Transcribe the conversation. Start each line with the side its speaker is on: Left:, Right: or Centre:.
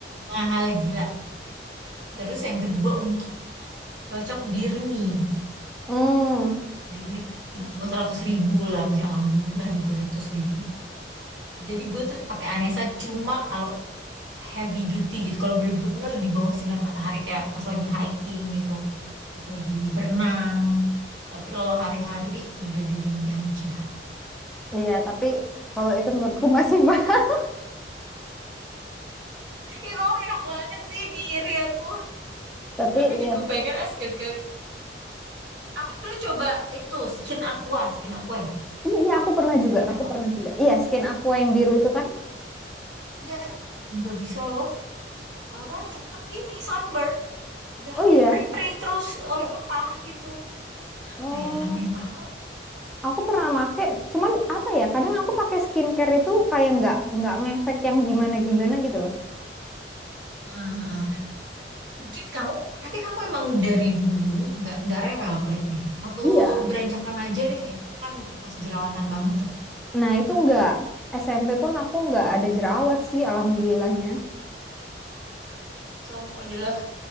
Right: mahal gila. Terus yang kedua untuk cocok Dirmi.
Centre: Hmm.
Right: Dirmi itu masih di bawah seratus ribu lah, masih alhamdulillah di bawah seratus ribu. Jadi gue tuh pakai Anessa cuma kalau heavy duty gitu, kalau bener-bener di bawah sinar matahari kayak pas lagi hiking gitu, pas lagi berenang. Tapi kalau hari-hari udah Dirmi aja.
Centre: Iya, tapi kalau itu menurutku masih mahal.
Right: Ih kamu enak banget sih ngiri aku.
Centre: <laughs> Tapi
Right: Aku
Centre: iya,
Right: juga pengen ah sekali-kali. Aku dulu coba itu skin aqua, skin aqua ya.
Centre: iya aku pernah juga,
Right: Skin
Centre: aku
Right: aqua
Centre: pernah
Right: bukan
Centre: juga. Iya, skin aqua yang biru itu kan.
Right: Iya, iya, iya. nggak bisa loh. Apa tetap ini sunburn. Udah
Centre: Oh
Right: aneh
Centre: iya,
Right: perih-perih terus eh, merah gitu.
Centre: oh
Right: Apa ya aneh banget.
Centre: aku pernah make. Cuman apa ya? Kadang aku pakai skincare itu kayak nggak nggak ngefek yang gimana gimana gitu loh.
Right: Ah, ah. Mungkin kamu, tapi kamu emang dari dulu nggak nggak rewel kulitnya. Waktu
Centre: Iya.
Right: beranjak remaja deh, biasanya tuh kan pas jerawatan banget tuh.
Centre: Nah itu nggak SMP pun aku nggak ada jerawat sih, alhamdulillahnya.
Right: Berarti kamu adalah